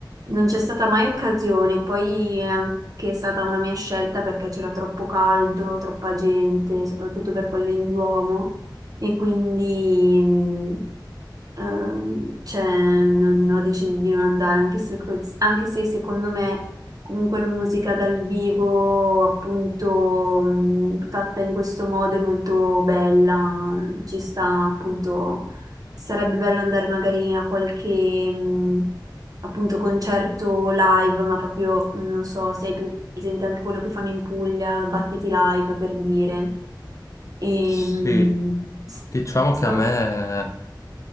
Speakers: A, on the right; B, on the left.
A: non c'è stata mai occasione. Poi è anche stata una mia scelta perché c'era troppo caldo, troppa gente, soprattutto per quello in Duomo. e quindi mh, ehm, cioè, non, ho deciso di non andare, anche se, cos- anche se secondo me comunque la musica dal vivo, appunto, mh, fatta in questo modo è molto bella, ci sta appunto, sarebbe bello andare magari a qualche... mh, appunto concerto live, ma proprio non so se hai presente anche quello che fanno in Puglia, Battiti Live per dire. Ehm,
B: Sì, diciamo
A: sto-
B: che a me,